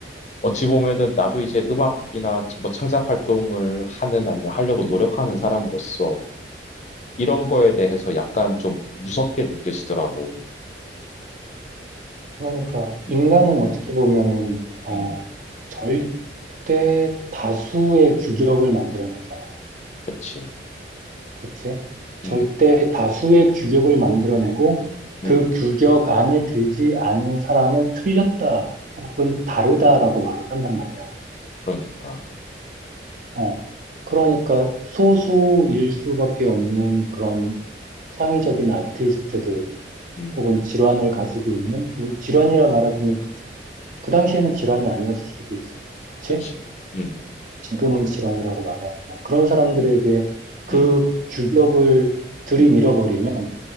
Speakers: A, on the left (about 40°); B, on the right (about 45°).
A: 어찌 보면은 나도 이제 음악이나 뭐 창작 활동을 하는 아니면 하려고 노력하는 사람으로서 이런 거에 대해서 약간 좀 무섭게 느껴지더라고.
B: 그러니까
A: 음,
B: 인간은 어떻게 보면은 어,
A: 음,
B: 절대 다수의 규격을 만들어내잖아.
A: 그치.
B: 그치? 절대
A: 음,
B: 다수의 규격을 만들어내고 그
A: 음,
B: 규격 안에 들지 않은 사람을 틀렸다 혹은 다르다라고 말을 한단 말이야.
A: 그러니까.
B: 어. 그러니까 소수일 수밖에 없는 그런 창의적인 아티스트들
A: 음,
B: 혹은 질환을 가지고 있는 우- 질환이라 말하지만 그, 그 당시에는 질환이 아니었을 수도 있어. 그치?
A: 그치. 음,
B: 지금은 질환이라고 말을 하지만 그런 사람들에게
A: 음,
B: 그
A: 음,
B: 규격을 들이밀어버리면
A: 음,